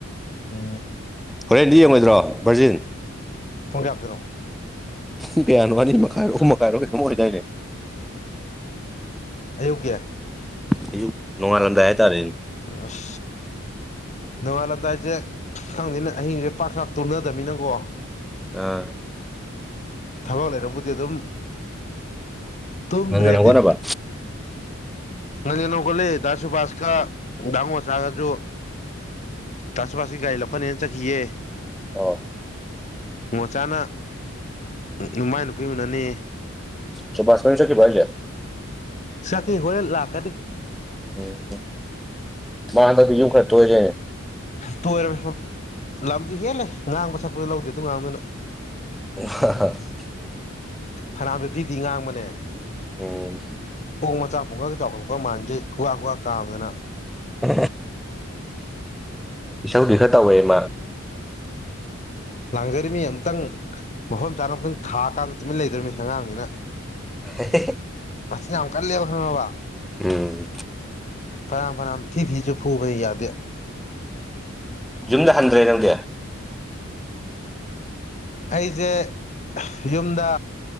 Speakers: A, on the left; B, in the centre.
A: ꯑ
B: ꯍꯣꯔꯦꯟꯗꯤ ꯌꯦꯡꯉꯣꯏꯗ꯭ꯔꯣ ꯚꯔꯖꯤꯟ
A: ꯊꯣꯡ ꯀꯥꯞꯇꯔꯛꯑꯣ
B: ꯄꯨꯡ ꯀꯌꯥꯅꯣ ꯑꯅꯤ ꯃꯈꯥꯏꯔ ꯑꯍꯨꯝ ꯃꯈꯥꯏꯔꯣ ꯈꯤꯇꯪ ꯑꯣꯏꯗꯣꯏꯅꯦ
A: ꯑꯌꯣꯒ꯭
B: ꯑꯌ ꯅꯅꯨꯡꯉꯔꯂꯝꯗ ꯍꯥꯏ ꯇꯔꯦ
A: ꯑꯐ ꯅꯣꯡꯉꯥꯜꯂꯝꯗꯥꯏꯁꯦ ꯈꯪꯗꯅ ꯑꯍꯤꯡꯁꯦ ꯄꯥꯛ ꯆꯥꯛ ꯇꯨꯅꯗꯕꯃꯤꯅꯪꯀꯣ
B: ꯑꯥ
A: ꯊꯕꯛ ꯂꯩꯔꯕꯨꯗꯤ ꯑꯗꯨꯝ ꯇꯨꯝꯗ꯭ꯔꯦꯗꯤ
B: ꯉꯟ ꯉꯟꯅ ꯍꯧꯒꯠꯅꯕ
A: ꯅꯪꯦ ꯅꯒꯣꯜꯂꯤ ꯆꯁꯨ ꯐꯥꯁ ꯀ ꯗꯃꯣ ꯆꯥꯒꯁꯨ ꯇꯁꯨ ꯃꯥꯁꯤꯀꯤ ꯒꯥꯔꯤ ꯂꯧꯈꯠꯅꯦꯅ ꯆꯠꯈꯤꯌꯦ
B: ꯑ
A: ꯃꯣꯆꯥꯅ ꯅꯨꯃꯥꯏ ꯅꯨꯄꯤ ꯎꯅꯅꯤ
B: ꯆꯨꯕꯁ ꯃꯃꯤꯁꯨ ꯀꯤꯚꯥꯏ ꯌꯥꯦ
A: ꯁꯀꯤꯦ ꯍꯔꯦꯜ ꯂꯥꯛ ꯀꯗꯤ
B: ꯎꯝ ꯃꯗꯗꯤ ꯌꯨꯝ ꯈꯔ ꯊꯣꯏꯁꯦꯅꯦ
A: ꯇꯣꯏꯔꯝꯃꯦ ꯂꯝꯁꯨ ꯍꯦꯜꯂꯦ ꯉꯥꯡꯕ ꯁꯛꯄꯁꯨ ꯂꯧꯗꯦ ꯑꯗꯨ ꯉꯥꯡꯗꯅ
B: ꯍꯥ ꯍꯣꯏ
A: ꯐꯅꯥꯝꯁꯨ ꯇꯤꯗꯤꯤ ꯉꯥꯡꯕꯅꯦ
B: ꯎꯝ
A: ꯍꯣꯡ ꯃꯆꯥꯛ ꯄꯣꯡꯉꯒ ꯆꯥꯎꯈꯠꯂꯛꯄ ꯃꯥꯟꯒꯤ ꯈꯨꯀ ꯈꯨꯋꯥ ꯀꯥꯝꯗꯅ
B: ꯎ ꯏꯁꯧꯗꯤ ꯈꯔ ꯇꯧꯋꯦꯃ
A: ꯂꯥꯡꯖꯔꯤꯃꯤ ꯑꯃꯨꯛꯇꯪ ꯃꯐꯝ ꯆꯥꯅ ꯑꯃꯨꯛꯇꯪ ꯊꯥꯀꯥꯟꯗ ꯇꯨꯃꯤꯟ ꯂꯩꯗꯧꯃꯤ ꯑꯉꯥꯡꯅꯤꯅ
B: <inaudible>
A: ꯁ ꯌꯥꯝ ꯀꯜꯂꯦꯕ ꯈꯪꯉꯕ
B: ꯎꯝ
A: ꯐꯔꯥꯝ ꯐꯔꯥꯝ ꯊꯤ ꯊꯤꯁꯨ ꯐꯨꯕ ꯌꯥꯗꯦ
B: ꯌꯨꯝꯗ ꯍꯟꯗ꯭ꯔꯦ ꯅꯪꯗꯤ
A: ꯑꯩꯁꯦ ꯌꯨꯝꯗ